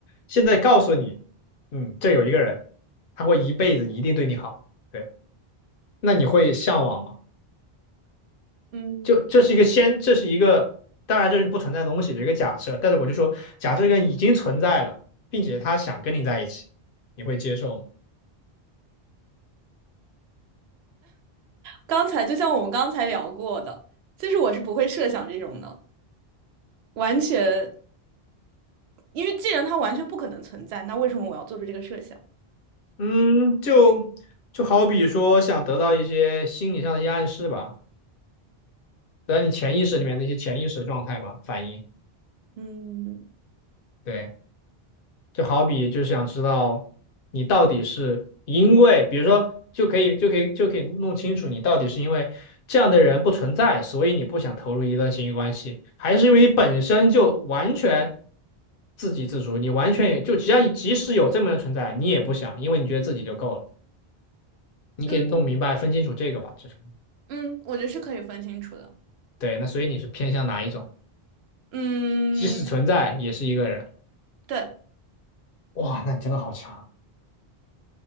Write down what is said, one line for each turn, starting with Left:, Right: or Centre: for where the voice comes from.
Left: 现在告诉你，嗯，这有一个人，他会一辈子一定对你好。对。那你会向往吗？
Right: 嗯，
Left: 就这是一个先，这是一个，当然这是不存在的东西，的一个假设。但是我就说，假设这个已经存在了，并且他想跟你在一起，你会接受吗？
Right: 刚才就像我们刚才聊过的，其实我是不会设想这种的，完全，因为既然它完全不可能存在，那为什么我要做出这个设想？
Left: 嗯，就就好比说想得到一些心理上的一些暗示吧，得到你潜意识里面的一些潜意识状态吧，反应。
Right: 嗯
Left: 对。就好比就是想知道你到底是因为，比如说就可以就可以就可以弄清楚你到底是因为这样的人不存在，所以你不想投入一段亲密关系，还是因为你本身就完全自给自足，你完全也就只要你即使有这么的存在，你也不想，因为你觉得自己就够了。你可以弄明白分清楚这个吧，
Right: 嗯
Left: 就是
Right: 嗯，我觉得是可以分清楚的。
Left: 对。那所以你是偏向哪一种？
Right: 嗯，
Left: 即使存在也是一个人，
Right: 对，
Left: 哇，那你真的好强。